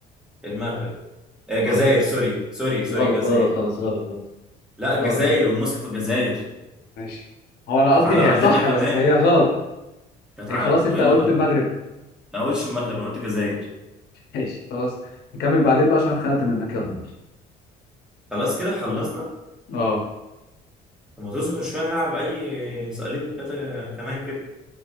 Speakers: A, in the centre; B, on the left (about 75°).
A: المغرب آه، الجزائر
B: غلط
A: سوري سوري سوري
B: غلط
A: الجزائر
B: غلط خلاص غلط غلط
A: لا الجزائر
B: غلط
A: والمصحف الجزائر
B: ماشي هو أنا
A: كانت
B: قصدي
A: على ارضنا
B: هي صح
A: كمان
B: بس هي غلط
A: كانت
B: يعني
A: على
B: خلاص
A: وايه
B: أنت
A: اللي
B: قلت
A: غلط
B: المغرب
A: انا ما قلتش المغرب انا قلت الجزائر
B: ماشي خلاص نكمل بعدين بقى عشان اتخنقت منك يلا
A: خلاص كده خلصنا
B: اه
A: لما تصبر شويه نلعب اي سؤالين كده كمان كده